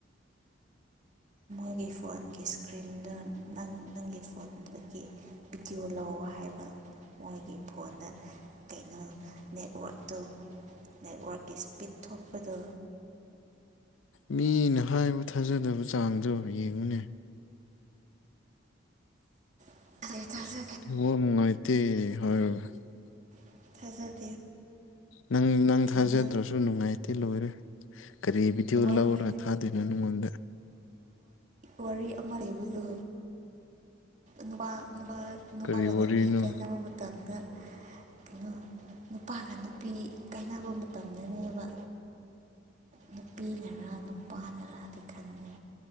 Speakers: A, on the left; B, on the right.
A: <inaudible>
B: ꯅꯪꯒꯤ ꯐꯣꯟꯒꯤ ꯁꯀ꯭ꯔꯤꯟꯗ ꯅꯪ ꯅꯪꯒꯤ ꯐꯣꯟꯗꯨꯒꯤ ꯚꯤꯗꯤꯌꯣ ꯂꯧ ꯍꯥꯏꯕ ꯃꯣꯏꯒꯤ ꯐꯣꯟꯗ ꯀꯩꯅꯣ ꯅꯦꯠꯋꯥ꯭ꯔꯛꯇꯨ ꯅꯦꯠꯋ꯭ꯔꯛꯀꯤ ꯁ꯭ꯄꯤꯠ ꯊꯣꯛꯄꯗꯨ
A: ꯃꯤꯅ ꯍꯥꯏꯕ ꯊꯥꯖꯗꯕ ꯆꯥꯡꯗꯣ ꯌꯦꯡꯉꯨꯅꯦ
B: <unintelligible>
A: <unintelligible>
B: <unintelligible>
A: ꯅꯪ ꯅꯪ
B: ꯀꯩꯅꯣ
A: ꯊꯥꯖꯗ꯭ꯔꯁꯨ ꯅꯨꯡꯉꯥꯏꯇꯦ ꯂꯣꯏꯔꯦ ꯀꯔꯤ ꯚꯤꯗꯤꯑꯣ
B: ꯋꯥꯔꯤ
A: ꯂꯧꯔꯒ ꯊꯥꯗꯣꯏꯅꯣ ꯅꯉꯣꯟꯗ
B: ꯋꯥꯔꯤ ꯑꯃ ꯂꯩꯕꯗꯣ ꯅꯨꯄꯥ ꯅꯨꯄꯥꯒ
A: ꯀꯔꯤ ꯋꯥꯔꯤꯅꯣ
B: ꯅꯨꯄꯤ ꯀꯩꯅꯅꯕ ꯃꯇꯝꯗ
A: <unintelligible>
B: ꯀꯩꯅꯣ ꯅꯨꯄꯥꯒ ꯅꯨꯄꯤ ꯀꯥꯏꯅꯕ ꯃꯇꯝꯗꯅꯦꯕ ꯅꯨꯄꯤꯅꯔ ꯅꯨꯄꯥꯅꯔꯗꯤ ꯈꯟꯂꯦ